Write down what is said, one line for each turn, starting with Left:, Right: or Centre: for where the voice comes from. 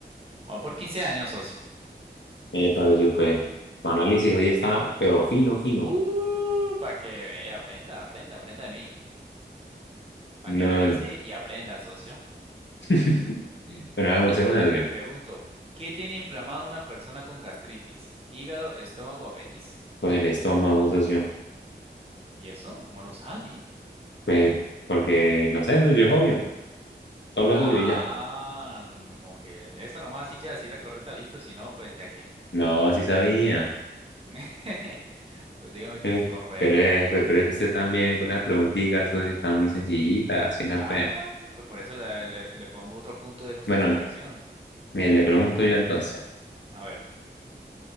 Right: Va por quince años, socio.
Left: Eh, para pues, tu análisis hoy está, pero fino, fino.
Right: Uh, para que vea, aprenda, aprenda, aprenda de mí. Para
Left: No,
Right: que analice y aprenda, socio.
Left: <laughs> bueno, hago esta
Right: Ok.
Left: una socio.
Right: Le pregunto, ¿qué tiene inflamado una persona con gastritis? Hígado, estómago, apéndice.
Left: Pues el estómago, socio.
Right: ¿Y eso? ¿Cómo lo sabe?
Left: Pues, porque, no sé, socio, es obvio. Solo
Right: Ah,
Left: es obvio y ya.
Right: mm, como que esa nomás sí ya sí la correcta, listo, si no, pues ya qué.
Left: No, sí sabía.
Right: <laughs> Pues dígame que
Left: Eh,
Right: es correcto,
Left: pero, es-
Right: sos.
Left: pues, pero es que usted también con las preguntitas, socio, están muy sencillitas. Así no
Right: Ah,
Left: puede.
Right: pues por eso le, le- le pongo otro punto de justificación.
Left: Bueno, mire, le pregunto yo entonces.
Right: A ver,